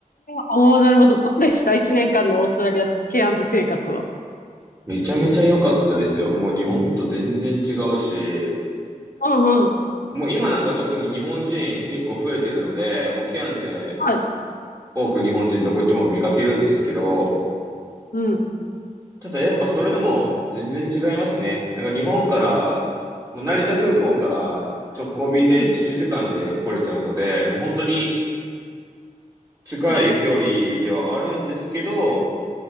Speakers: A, on the left; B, on the right.
A: ああー、なるほど。どうでした一年間のオーストラリア、ケアンズ生活は。
B: めちゃめちゃ良かったですよ。もう日本と全然違うし、
A: うんうん。
B: もう今なんか特に日本人結構増えてるので、もうケアンズで
A: はい。
B: 多く日本人どこ行っても見かけるんですけど、
A: うん。
B: ただやっぱそれでも全然違いますね。なんか日本から、もう成田空港から直行便で7時間で来れちゃうので、
A: うん。
B: もう本当に近い距離ではあるんですけど、
A: うん